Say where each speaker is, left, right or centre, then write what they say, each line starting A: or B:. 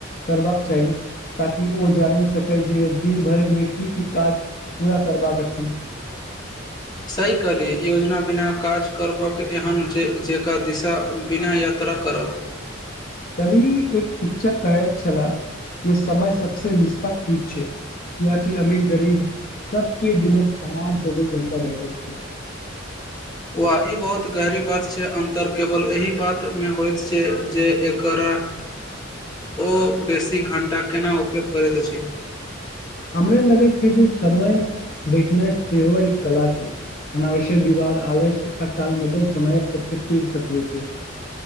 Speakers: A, on the left; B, on the left.
A: करबाक चाही ताकि ओ जानि सकै जे दिन भरिमे की की काज पूरा करबाक छै
B: सही कहलिए योजना बिना काज करबाक एहन जेक जेकरा दिशा बिना यात यात्रा करब
A: काल्हि एक शिक्षक कहैत छलाह जे समय सबसे निष्पक्ष चीज छै याकि अमीर गरीब सबके दिनक समान चौबीस घंटा भेटैत छै <inaudible>
B: वा ई बहुत गहरी बात छै अन्तर केवल एहि बातमे होइत छै जे एकर हमरा ओ बेसी घण्टा केना उपयोग करैत अछि
A: हमरा लगे छै जे समय बेचनाइ सेहो एक कला छै अनावश्यक विवाद आलस्य आटालमटोल समयक सबसँ पैघ शत्रु छै